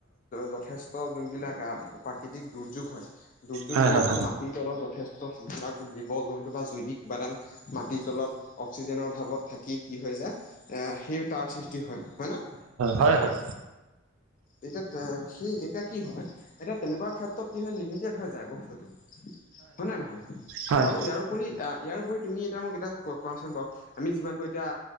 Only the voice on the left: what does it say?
যথেষ্ট যোনবিলাক প্ৰাকৃতিক। দুৰ্যোগ হয় দুৰ্যোগ
বিলাকৰ
মাটিত। যথেষ্ট বিলাক জীৱ-জন্তু বা জৈৱিক উপাদান মাটিৰ তলত অক্সিজেনৰ অভাৱত থাকি কি হৈ যায়, সেই তাৰ সৃষ্টি হয় হয় ন'।
এতিয়া সি কি হয় এতিয়া তেনেকুৱা ক্ষেত্ৰত কি হয় লিমিটেড হৈ যায় বস্তুটো। হয় নে নহয়
আৰু ইয়াৰো উপৰি ইয়াৰপৰি তুমি এতিয়া মোক এতিয়া কোৱাচোন বাৰু আমি যিমান পাৰ। এতিয়া